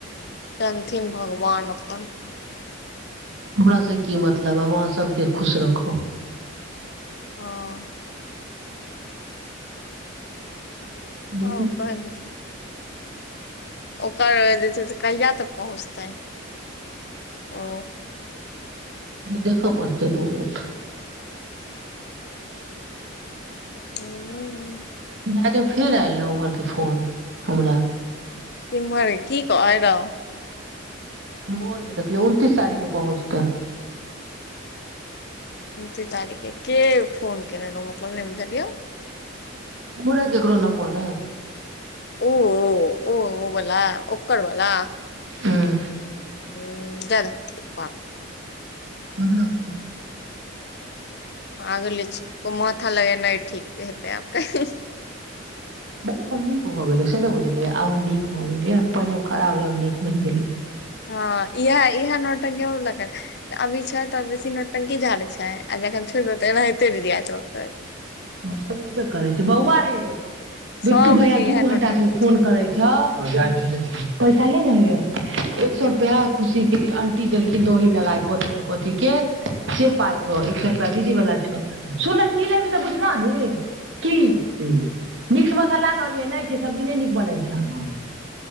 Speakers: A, on the left; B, on the right.
A: जानथिन भगवान अपन
B: हमर से की मतलब हम अहाँ सभके खुश रखब
A: हँ
B: बहू
A: आ ओकर ओकर जे क्षय से कहिया तक पहुँचतै ओ
B: देखा प्रत्यय दुमिनट
A: हू
B: रायत में फेर आल उमहरके फोन हमरा
A: किम्हर की कहै रौ
B: भोर मे देखलिय उनतीस तारीख के पहुँचतै
A: उनतीस तारीखे के फोन केने मतलब ने बिजलियों
B: पता नई केकरो नंबर रहय
A: ओ ओ ओ बला ओकर बला
B: हूँ
A: ह द दे प
B: आगरा पुल।
A: पागले छैय कोइ माथा लगेनाइ ठीक हेतै आब कही।
B: आब नीक भऽ गेलियै से नहि बुझलियै आब हम नीक भऽ गेलियै, पहिने हम खराब रहि आब नीक बनि गेलियै।
A: हँ इएह-इएह नौटकी हमरो लग करत, अभी छैय त बेसी नौटंकी झाड़ैय छैय आ जखन छुइब देबय त एनाहिते डिरिआयत रहतै।
B: ह सुनबे करैय छैय बौआरे। बिट्टू
A: सबके
B: भैया दू
A: इएह
B: घंटा
A: नौटंकी
B: सँ उ
A: छै
B: फोन करैय छौउ, ह जाइछी- जाइछी, पैसा ले ने होइयउ? एक सै रुपैया खुशी के अंटी देलखिन दही लगाय कथी-नै-कथी के से पाय छौउ। एक सै रुपैया दीदी वाला छौउ, सुन न की लेबही से बुझलही, की? मिक्स मसाला ल लिअह, नहि छैय, सब्जी नहि नीक बनैय छैय।